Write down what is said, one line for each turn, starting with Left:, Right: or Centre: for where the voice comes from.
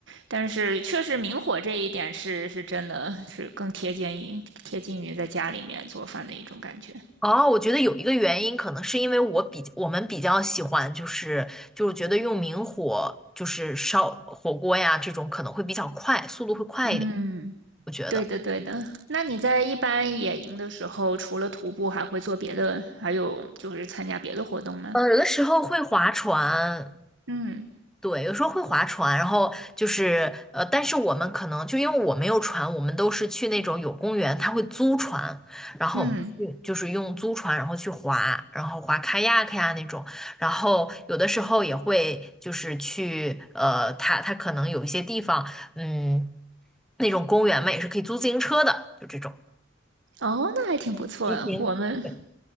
Right: 但是确实明火这一点是是真的是更贴近于贴近于在家里面做饭的一种感觉。
Centre: 哦，我觉得有一个原因，可能是因为我比我们比较喜欢，就是就是觉得用明火就是烧火锅呀，这种可能会比较快，速度会快一点，
Right: 嗯，
Centre: 我觉得。
Right: 对的对的。那你在一般野营的时候，除了徒步，还会做别的，还有就是参加别的活动吗？
Centre: 呃，有的时候会划船，
Right: 嗯
Centre: 对，有时候会划船，然后就是呃，但是我们可能就因为我没有船，我们都是去那种有公园，他会租船，然后我们去就是用租船，
Right: 嗯。
Centre: 然后去划，然后划 kayak 呀那种，然后有的时候也会就是去呃，他他可能有一些地方，嗯，那种公园嘛也是可以租自行车的，就这种
Right: 哦，那还挺不错的。
Centre: 骑行。
Right: 我们
Centre: 对